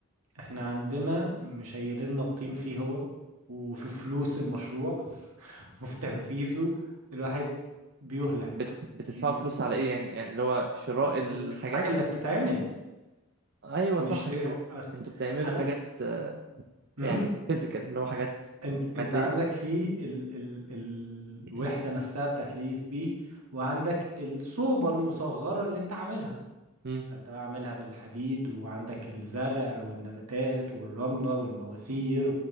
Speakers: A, on the right (about 80°); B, on the right (about 50°).
A: احنا عندنا مشيلنا الطين فيه هو وفي فلوس المشروع <laughs> وفي تنفيذه الواحد بيهلك
B: بتت... بتدفعوا
A: يوم
B: فلوس على ايه يعني يعني اللي هو شراء الحاجات
A: ال- الحاجة اللي بتتعمل
B: ايوه
A: بنشتريها
B: صح انتوا
A: أص...
B: انتوا بتعملوا
A: أنا
B: حاجات آه،
A: مم.
B: يعني فيزيكال اللي هو حاجات
A: انت انت
B: مادية
A: عندك في ال... ال... الوحدة
B: <clears throat>
A: نفسها بتاعت اليو اس بي وعندك الصوبة المصغرة اللي انت عاملها
B: امم
A: فانت بقى عاملها بالحديد وعندك الزرع والنباتات والرملة والمواسير